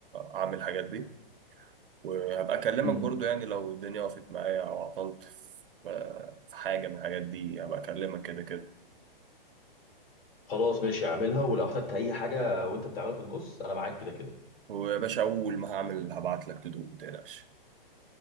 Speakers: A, on the right; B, on the left.
A: اعمل الحاجات دي وهبقى اكلمك
B: مم.
A: برضو يعني لو الدنيا وقفت معايا او عطلت في في حاجه من الحاجات دي هبقى اكلمك كده كده
B: خلاص ماشي اعملها ولو احتجت اي حاجه وانت بتعملها في النص انا معاك كده كده
A: ويا باشا اول ما هعمل هبعت لك تدوق متقلقش